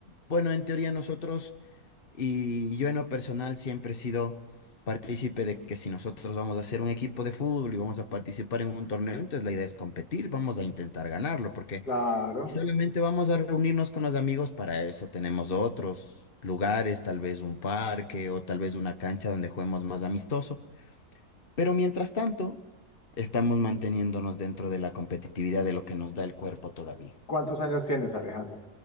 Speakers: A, on the left; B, on the left.
A: bueno, en teoría nosotros y yo en lo personal siempre he sido partícipe de que si nosotros vamos a hacer un equipo de fútbol y vamos a participar en un torneo, entonces la idea es competir, vamos a intentar ganarlo, porque
B: Claro.
A: si solamente vamos a reunirnos con los amigos, para eso tenemos otros lugares, tal vez un parque o tal vez una cancha donde juguemos más amistoso, pero mientras tanto, estamos manteniéndonos dentro de la competitividad de lo que nos da el cuerpo todavía.
B: ¿Cuántos años tienes, Alejandro?